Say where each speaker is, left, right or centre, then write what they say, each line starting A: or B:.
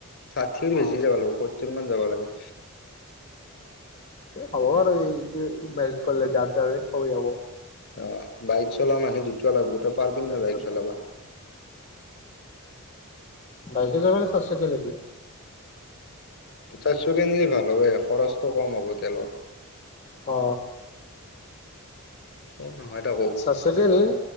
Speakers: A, on the left; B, on the left.
A: ষাঠিৰ
B: অ',
A: বেছি যাব লাগিব সত্তৰ মান যাব লাগে।
B: হব আৰু এই যে মেজ কৰিলে <unintelligible> সবেই যাব।
A: অ বাইক চলা মানু দুটা লাগব। তই পাৰবি
B: টেনচন
A: ন বাইক চলাব?
B: নাই বাইকে যাবা না চাৰ চকিয়া যাবি?
A: চাৰিচুকীয়া নিলি ভাল হলে খৰচটো কম হ'ব তেলৰ।
B: অ।
A: অঁ। নহয় তাকো
B: চাৰ চকীয়া নিম